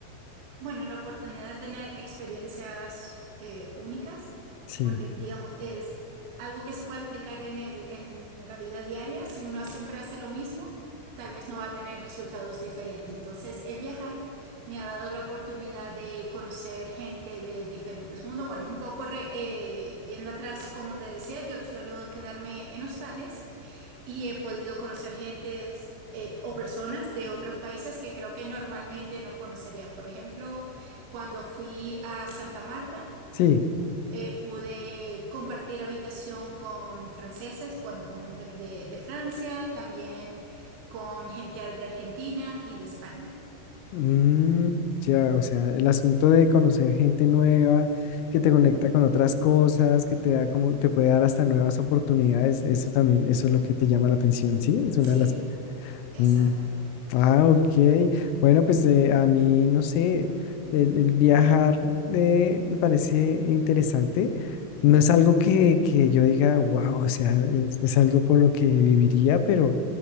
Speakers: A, on the right (about 85°); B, on the left (about 90°).
A: Bueno, la oportunidad de tener experiencias eh, únicas,
B: Sí,
A: porque digamos, es algo que se puede aplicar en el, en la vida diaria. Si uno siempre hace lo mismo, tal vez no va a tener resultados diferentes. Entonces, el viajar me ha dado la oportunidad de conocer gente de diferentes mundos. Bueno, un poco re- eh, yendo atrás, como te decía, yo suelo quedarme en hostales y he podido conocer gentes eh, o personas de otros países que creo que normalmente no conocería. Por ejemplo, cuando fui a Santa Marta,
B: sí.
A: pu- eh, pude compartir habitación con franceses, bueno, con gente de, de Francia, también con gente de Argentina y de España.
B: Mm, ya, o sea, el asunto de conocer gente nueva, que te conecta
A: Ujú.
B: con otras cosas, que te da como, te puede dar hasta nuevas oportunidades, eso también, eso es lo que te llama la atención, ¿sí? Es una
A: Sí,
B: de las...
A: exacto.
B: Mm, ah, ok. Bueno, pues eh, a mí, no sé, el, el viajar eh, me parece interesante. No es
A: Ujú,
B: algo que, que yo diga, wow, o sea, es, es algo por lo que viviría, pero,